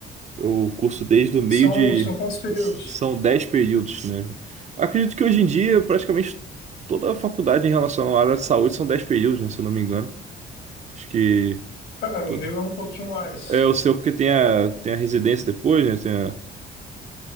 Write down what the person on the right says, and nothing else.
Eu curso desde o meio
de.
São dez períodos, né? Acredito que hoje em dia, praticamente toda a faculdade em relação à área de saúde são dez períodos, né? Se eu não me engano. Acho que.
toda.
É o seu, porque tem
a, tem a residência depois, né? Tem a-